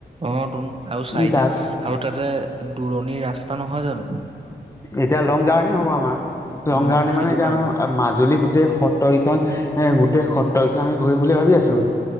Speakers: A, on the right; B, on the left.
A: অঁ, টোন আৰু চাৰিটা
B: তাত
A: আৰু তাতে দূৰণিৰ ৰাস্তা নহয় জানো?
B: এতিয়া লং জাৰ্ণিয়ে হ'ব আমাৰ। লং
A: উম
B: জাৰ্ণি
A: সেইটো
B: মানে এতিয়া
A: কাৰণে
B: আমাৰ মা মাজুলী গোট্ গোটেই সত্ৰকখন এ গোটেই সত্ৰৰখন আমি ঘূৰিম বুলি ভাবি আছো।